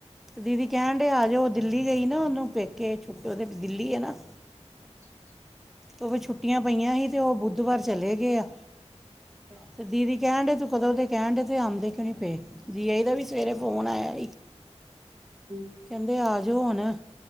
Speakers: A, in the centre; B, on the right (about 25°).
A: ਦੀਦੀ ਕਹਿਣ ਡਏ ਆ ਜਾਓ ਦਿੱਲੀ ਗਈ ਨਾ ਉਹਨੂੰ ਪੇਕੇ ਛੁਟ ਉਹਦੇ ਦਿੱਲੀ ਹੈ ਨਾ।
B: ਅੱਛਾ- ਅੱਛਾ
A: ਉਹ ਵੀ ਛੁੱਟੀਆਂ ਪਈਆਂ ਹੀ ਅਤੇ ਉਹ ਬੁੱਧਵਾਰ ਚਲੇ ਗਏ ਆ।
B: ਅੱਛਾ
A: ਤੇ ਦੀਦੀ ਕਹਿਣ ਡਏ ਤੂੰ ਕਦੋਂ ਦੇ ਕਹਿਣ ਡਏ ਤੇ ਆਂਦੇ ਕਿਉ ਨਈ ਪਏ। ਜੀਆਜੀ ਦਾ ਵੀ ਸਵੇਰੇ ਫੋਨ ਆਇਆ
B: ਹੂੰ
A: ਕਹਿੰਦੇ ਆ ਜਾਓ ਹੁਣ